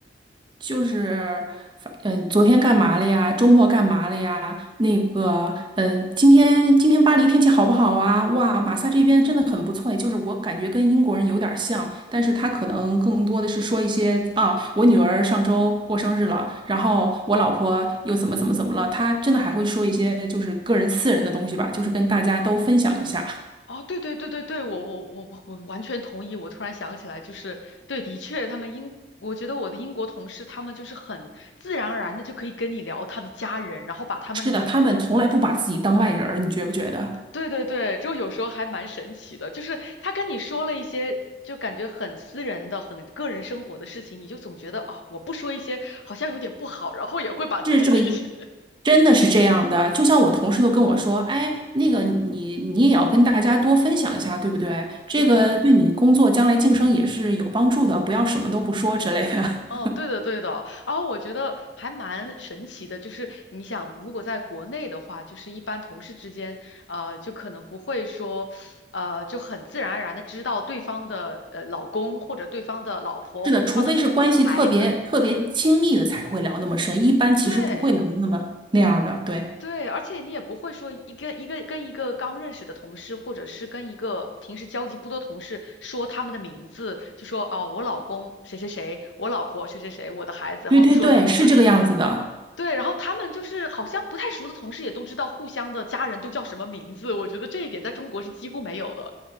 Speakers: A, on the right; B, on the left.
A: 就是反嗯，昨天干嘛了呀？周末干嘛了呀？那个，嗯，今天今天巴黎天气好不好啊？哇，马萨这边真的很不错，就是我感觉跟英国人有点儿像，但是他可能更多的是说一些啊，我女儿上周过生日了，然后我老婆又怎么怎么怎么了，他真的还会说一些就是个人私人的东西吧，就是跟大家都分享一下。
B: 哦，对对对对对，我我我我我完全同意。我突然想起来，就是对，的确，他们英，我觉得我的英国同事，他们就是很自然而然的就可以跟你聊他的家人，然后把他们的名，
A: 是的，他们从来不把自己当外人儿，你觉不觉得？
B: 对对对，就有时候还蛮神奇的，就是他跟你说了一些就感觉很私人的、很个人生活的事情，你就总觉得啊、我不说一些好像有点不好，然后也会把自己的一些
A: 是这个，
B: <laughs>
A: 真的是这样的。就像我同事都跟我说，哎，那个你你也要跟大家多分享一下，对不对？这个对你工作将来晋升也是有帮助的，
B: 对。
A: 不要什么都不说之类的。
B: 哦，对的，对的。然后我觉得还蛮神奇的，就是你想，如果在国内的话，就是一般同事之间，呃，就可能不会说，呃，就很自然而然的知道对方的呃老公或者对方的老婆或者对方的孩子。
A: <laughs> 是的，除非是关系特别特别亲密的才会聊那么深，一般其实不会聊那么那样儿的。
B: 对
A: 对，
B: 对，而且你也不会说一个一个跟一个刚认识的同事，或者是跟一个平时交集不多同事说他们的名字，就说哦，我老公谁谁谁，我老婆谁谁谁，我的孩子，然后说名字。
A: 对对对，是这个样子的。
B: 对，然后他们就是好像不太熟的同事也都知道互相的家人都叫什么名字，我觉得这一点在中国是几乎没有的。